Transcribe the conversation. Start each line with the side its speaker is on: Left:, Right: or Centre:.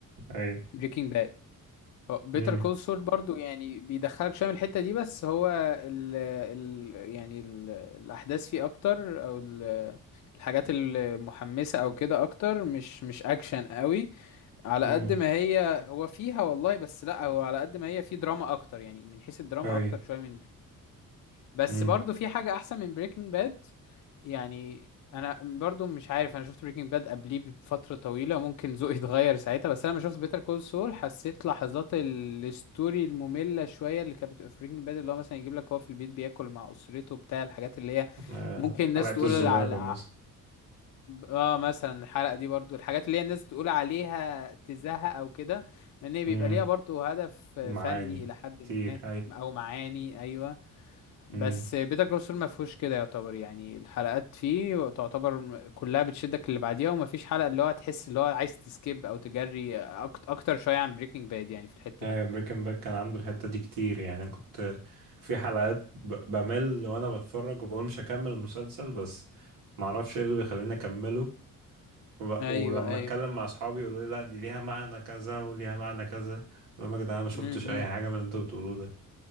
Right: اي
Left: بريكنج باد بيتر
Right: امم
Left: كول سول برضو يعني بيدخلك شويه من الحته دي بس هو ال ال يعني ال الاحداث فيه اكتر او ال الحاجات المحمسه او كده اكتر مش مش اكشن قوي على
Right: امم
Left: قد ما هي هو فيها والله بس لا هو على قد ما هي فيه دراما اكتر يعني من حيث الدراما
Right: اي
Left: اكتر شويه من بس
Right: امم
Left: برضو في حاجة أحسن من بريكنج باد يعني أنا برضو مش عارف أنا شفت بريكنج باد قبليه بفترة طويلة ممكن ذوقي اتغير ساعتها بس أنا لما شفت بيتر كول سول حسيت لحظات ال- الستوري المملة شوية اللي كانت بتبقى في بريكنج باد اللي هو مثلا يجيب لك هو في البيت بياكل مع أسرته بتاع الحاجات اللي هي
Right: آه،
Left: ممكن
Right: حلقة
Left: الناس تقول
Right: الذبابة
Left: على
Right: مثلا
Left: اه مثلا الحلقة دي برضو الحاجات اللي هي الناس تقول عليها تزهق أو كده لأن هي
Right: امم
Left: بيبقى ليها برضو هدف
Right: معاني
Left: فني إلى حد
Right: كتير
Left: ما أو معاني أيوه بس
Right: اي
Left: بيتر كول سول ما فيهوش كده يعتبر يعني الحلقات فيه تعتبر كلها بتشدك اللي بعديها وما فيش حلقة اللي هو تحس اللي هو عايز تسكيب او تجري أكت- اكتر شوية عن بريكنج باد يعني في الحتة
Right: ايوه
Left: دي
Right: بريكن باك كان عنده الحتة دي كتير يعني انا كنت في حلقات ب- بمل وانا بتفرج وبقول مش هكمل المسلسل بس معرفش ايه اللي بيخليني اكمله وب-
Left: ايوه
Right: ولما
Left: ايوه
Right: اتكلم مع اصحابي يقولوا لي لا دي ليها معنى كذا وليها معنى كذا اقول لهم يا جدعان أنا ما شفتش
Left: امم
Right: اي حاجة من اللي انتوا بتقولوه ده